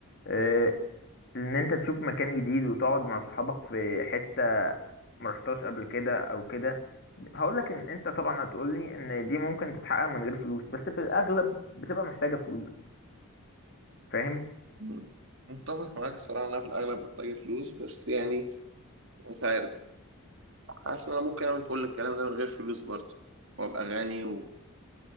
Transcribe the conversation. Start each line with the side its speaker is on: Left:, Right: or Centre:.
Left: آه، ان انت تشوف مكان جديد وتقعد مع صحابك في حته ما رحتهاش قبل كده او كده هقول لك ان انت طبعا هتقول لي ان دي ممكن تتحقق من غير فلوس بس في الاغلب بتبقى محتاجه فلوس فاهم
Right: مم. متفق معاك الصراحة إن أنا في الأغلب محتاجة فلوس بس يعني مش عارف حاسس إن أنا ممكن أعمل كل الكلام ده من غير فلوس برضه وأبقى غني وأبقى